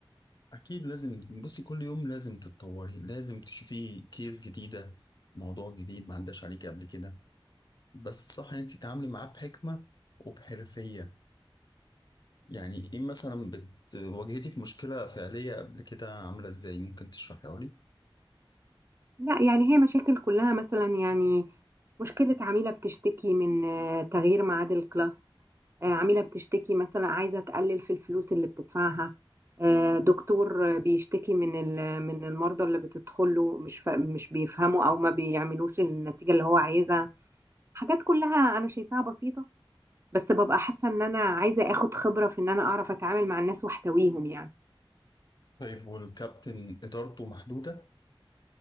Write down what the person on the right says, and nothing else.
لا يعني هي مشاكل كلها مثلا يعني مشكلة عميلة بتشتكي من آه، تغيير ميعاد الكلاس آه، عميلة بتشتكي مثلا عايزة تقلل في الفلوس اللي بتدفعها آه، دكتور آه، بيشتكي من ال- من المرضى اللي بتدخله مش فا- مش بيفهموا او ما بيعملوش النتيجة اللي هو عايزها حاجات كلها انا شايفاها بسيطة بس ببقى حاسة ان انا عايزة اخد خبرة في ان انا اعرف اتعامل مع الناس واحتويهم يعني